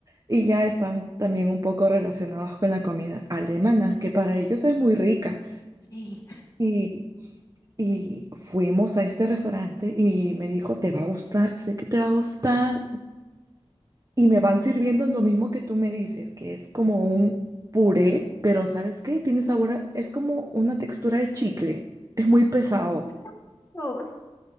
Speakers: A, on the right; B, on the left.
A: Y ya están también un poco relacionados con la comida alemana, que para ellos es muy rica.
B: sí.
A: Y, y fuimos a este restaurante y me dijo, te va a gustar, sé que te va a gustar. Y me van sirviendo lo mismo que tú me dices, que es como un puré, pero ¿sabes qué? Tiene sabor a- es como una textura de chicle. Es muy pesado.
B: <laughs> Eso,